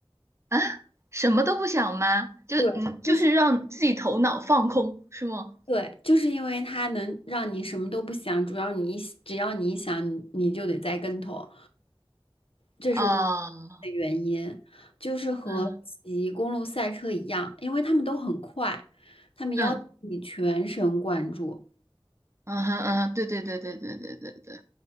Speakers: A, on the right; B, on the left.
A: 啊，什么都不想吗？就嗯，
B: 对，
A: 就是让自己头脑放空，
B: 就是
A: 是吗？
B: 对，就是因为它能让你什么都不想，主要你一只要你一想，你你就得栽跟头，这是我
A: 啊，
B: 的原因。就是和骑公路赛车一样，
A: 嗯
B: 因为他们都很快，他们要求你全神贯注。
A: 嗯嗯哼嗯哼，对对对对对对对对。